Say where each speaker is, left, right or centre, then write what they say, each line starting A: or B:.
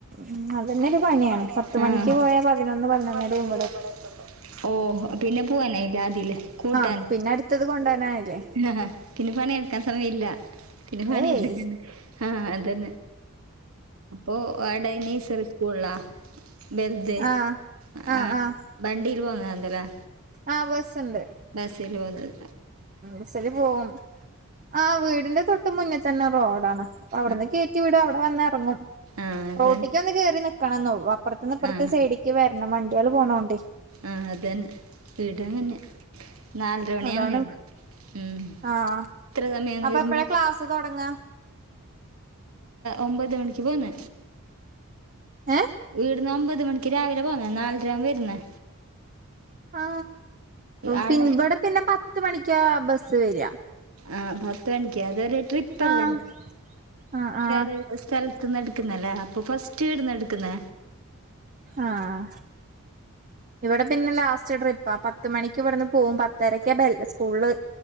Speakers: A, on the right; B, on the right.
A: ഉം അതന്നെ
B: അതന്റെ
A: പണിയാണ്
B: ഒരു പനിയാണ്
A: പത്ത് മണിക്ക്
B: മനിക്ക്
A: പോയാ പതിനൊന്ന് പതിനൊന്നരയാവും
B: പന്ന് പറന്നര ഇവിടെ എത്തുമ്പോ ഓഹ് പിന്നെ പോവാനായില്ല ആദ്യല്ലേ കൂട്ടൻ
A: ആഹ് പിന്നെ അടുത്തത് കൊണ്ടുവാനാനല്ലേ
B: ആഹ് പിന്നെ പണിയെടുക്കാൻ സമയം ഇല്ല പിന്നെ പണിയെടുക്ക
A: ഏയ്
B: ആഹ് അതന്നെ അപ്പൊ ആയ് ഡൈനീസ്റിക്കൂള്ളാ ബൽത്
A: ആഹ് ആഹ്
B: ആ
A: ആഹ്
B: വണ്ടിൽ പോന്നത എന്തല്ലാ
A: ആഹ് ബസ്ണ്ട്
B: ബസ്സിൽ പോന്നത്
A: ഉസരി പോവും ആഹ്. വിടിന്റെ. തൊട്ട ഇട്ട മുന്നിൽ തന്നെ റോഡാണ് അവിടുന്ന്
B: ആ,
A: കയറ്റി വിടും അവിടെ വന്ന ഇറങ്ങും
B: ആ അതന്നെ
A: റോട്ടിക്ക് ഒന്ന് കേറി നിക്കണം എന്ന ഉള്ളു അപ്പുറത്ത നിന്ന് അപ്പുറത്തെ
B: ആ
A: സൈഡിക്ക് വരണം വണ്ടിയാള് പോണോണ്ട്േ
B: ആഹ് അതന്നെ ഇടാന്നെ നാലരവണിയന്ന
A: അതാണ്
B: ഇട ഉം
A: ആഹ്
B: എത്ര സമയന്ന്
A: അപ്പൊ
B: വരമ്പ
A: എപ്പഴാ ക്ലാസ് തുടങ്ങ
B: ഒമ്പത് മണിക്ക് പോന്ന
A: ഏഹ്
B: വീടന്ന് ഒമ്പത് മണിക്ക് രാവിലെ പോകന്ന നാലര ആകുമ്പോ വരുന്നേ
A: ആ
B: ആടെ
A: പിൻ ഇവിടെ പിന്നെ പത്ത് മണിക്ക് ബസ്സ് വര
B: ആഹ് പത്ത് മണിക്ക് അതൊരു ട്രിപ്പല്ലേ
A: ആഹ് ആഹ് ആഹ്
B: ഒരു സ്ഥലത്ത് നിന്ന് എടുക്കുന്നല്ലേ അപ്പോൾ ഫസ്റ്റ്ടുന്ന് എടുക്കുന്ന
A: ആഹ് ഇവിടെ പിന്നെ ലാസ്റ്റ് ട്രിപ്പാ പത്ത് മണിക്ക് ഇവിടുന്ന് പോകവും പത്തരക്ക സ്കൂളള്